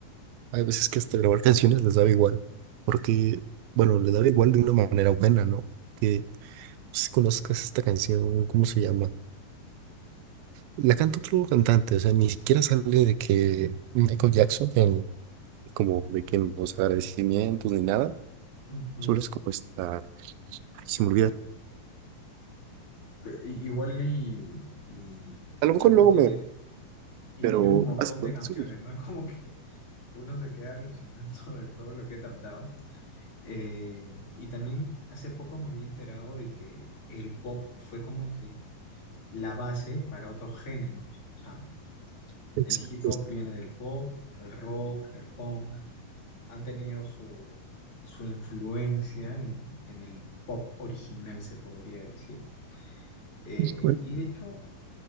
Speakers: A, on the right (about 85°); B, on the left (about 40°).
A: hay veces que hasta grabar canciones les daba igual, porque, bueno, les daba igual de una manera buena, ¿no? que si conozcas esta canción, ¿cómo se llama? La canta otro cantante, o sea, ni siquiera sale de que Michael Jackson, en- como de que en los agradecimientos ni nada,
B: ujú.
A: solo es como esta, ay, se me olvida.
B: Pe- i- Igual y, y,
A: A
B: y
A: lo mejor
B: Michael
A: luego
B: tiene,
A: me,
B: y
A: pero
B: tiene un montón
A: hace cuánto
B: de canciones,
A: se me-
B: ¿no? <laughs> Es como que uno se queda alucinando de todo lo que ha cantado. Eh, y también hace poco me había enterado de que el pop fue como que la base para otros géneros. O sea,
A: Exacto,
B: el hip hop
A: es
B: viene del pop, el rock, el punk, han tenido su, su influencia en, en el pop original, se podría decir. Eh,
A: justo en
B: y de hecho,